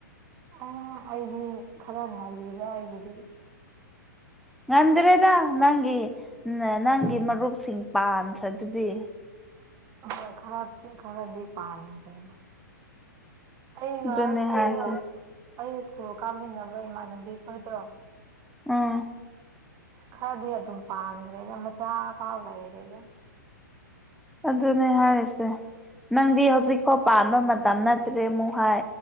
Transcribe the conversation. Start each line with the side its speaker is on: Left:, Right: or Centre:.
Right: ꯎꯝ ꯑꯩꯗꯤ ꯈꯔ ꯉꯜꯂꯤꯗ ꯑꯩꯒꯤꯗꯤ
Centre: ꯉꯟꯗ꯭ꯔꯦꯗ ꯅꯪꯒꯤ ꯅꯪꯒꯤ ꯃꯔꯨꯞꯁꯤꯡ ꯄꯥꯟꯈ꯭ꯔꯗꯨꯗꯤ
Right: ꯍꯣꯏ ꯈꯔꯆꯤꯡ ꯈꯔꯗꯤ ꯄꯥꯟꯈ꯭ꯔꯦ ꯑꯩꯒ
Centre: ꯑꯗꯨꯅꯦ
Right: ꯁ꯭ꯀꯨꯜ
Centre: ꯍꯥꯏꯁꯦ
Right: ꯑꯩ ꯁ꯭ꯀꯨꯜ ꯀꯥꯞꯃꯤꯟꯅꯕ ꯏꯃꯥꯟꯅꯕꯤ ꯈꯣꯏꯗꯣ
Centre: ꯎꯝ
Right: ꯈꯔꯗꯤ ꯑꯗꯨꯝ ꯄꯥꯟꯈ꯭ꯔꯦꯗ ꯃꯆꯥ ꯐꯥꯎ ꯂꯩꯔꯦꯗ
Centre: ꯑꯗꯨꯅꯦ ꯍꯥꯏꯔꯤꯁꯦ ꯅꯪꯗꯤ ꯍꯧꯖꯤꯛꯐꯥꯎ ꯄꯥꯟꯕ ꯃꯇꯝ ꯅꯠꯇ꯭ꯔꯦ ꯑꯃꯨꯛ ꯍꯥꯏ